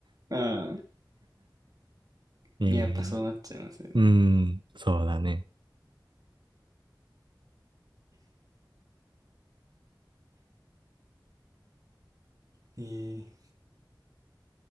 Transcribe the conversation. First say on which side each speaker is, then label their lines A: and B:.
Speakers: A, on the right; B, on the right.
A: ああ、
B: えー、
A: やっぱそうなっちゃいますよね。
B: うん、そうだね。
A: へえ。